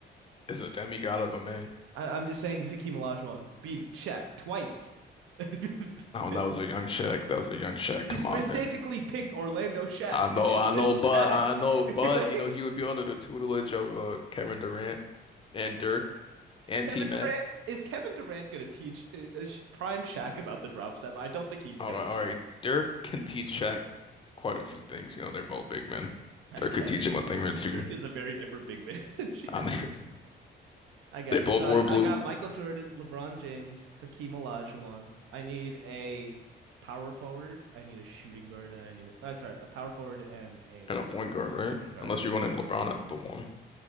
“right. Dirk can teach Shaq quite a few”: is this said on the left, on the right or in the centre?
Left